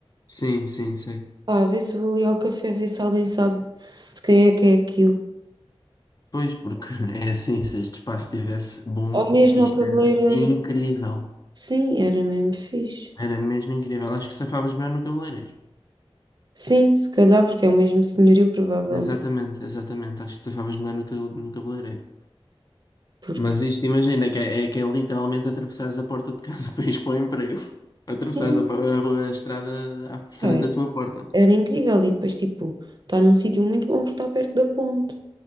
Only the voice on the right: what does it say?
Pá, vê se vou ali ao café, ver se alguém sabe de quem é que é aquilo.
Ou mesmo
ao cabeleireiro.
Sim, era mesmo fixe.
Sim, se calhar porque é o mesmo senhorio, provavelmente.
Porque
sim,
era,
era incrível. E depois, tipo, está num sítio muito bom porque está perto da ponte.